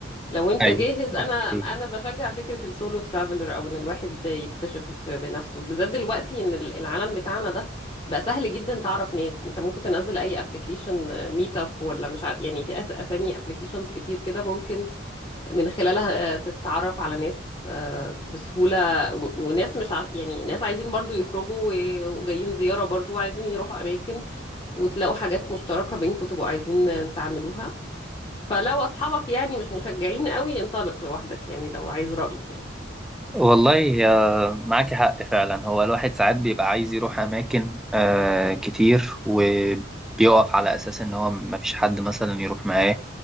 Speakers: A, on the left; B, in the centre.
A: لو انت
B: أيوه
A: جاهز انا
B: أوكي
A: انا بشجع فكره السولو ترافلر او ان الواحد يكتشف بنفسه بالذات دلوقتي ان العالم بتاعنا ده بقى سهل جدا تعرف ناس انت ممكن تنزل اي ابلكيشن ميت اب ولا مش عارف يعني في أس- اسامي ابلكيشنز كتير كده ممكن من خلالها آه، تتعرف على ناس آه، بسهولة و- وناس مش ع... يعني ناس عايزين برضو يخرجوا و- وجايين زيارة برضو وعايزين يروحوا أماكن وتلاقوا حاجات مشتركة بينكم تبقوا عايزين آه، تعملوها فلو أصحابك يعني مش مشجعين قوي انطلق لوحدك يعني لو عايز رأيي يعني
B: والله آه، معاكي حق فعلا هو الواحد ساعات بيبقى عايز يروح أماكن آه، كتير وبيقف على أساس إن هو مفيش حد مثلا يروح معاه